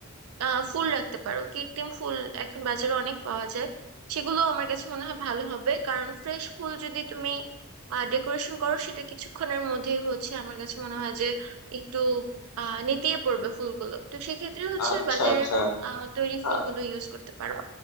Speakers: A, on the right; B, on the left.
A: আহ ফুল রাখতে পারো কৃত্রিম ফুল এখন বাজারে অনেক পাওয়া যায় সেগুলো আমার কাছে মনে হয় ভালো হবে কারণ ফ্রেশ ফুল যদি তুমি ডেকোরেশন করো সেটা কিছুক্ষণের মধ্যেই হচ্ছে আমার কাছে মনে হয় যে একটু আহ নেতিয়ে পড়বে ফুলগুলো তো সেক্ষেত্রে হচ্ছে
B: আচ্ছা
A: বাজারে
B: আচ্ছা
A: আহ তৈরি ফুলগুলো
B: আ-
A: ইউজ করতে পারো